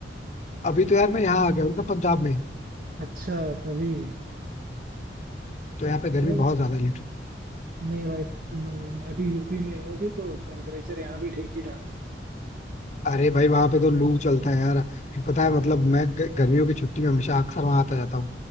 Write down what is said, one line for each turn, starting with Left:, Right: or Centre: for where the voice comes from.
Left: अभी तो यार मैं यहाँ आ गया हूँ ना पंजाब में
Right: अच्छा तभी
Left: तो यहाँ पे गर्मी
Right: भाई
Left: बहुत ज्यादा है
Right: नहीं भाई म- मैं भी यूपी में ही हूँ अभी तो टेम्परेचर यहाँ भी ठीक ही ठाक है
Left: अरे भाई वहां पे तो लू चलता है यार फिर पता है मतलब मैं ग- गर्मियों की छुट्टी में हमेशा अक्सर वहां आता जाता हूँ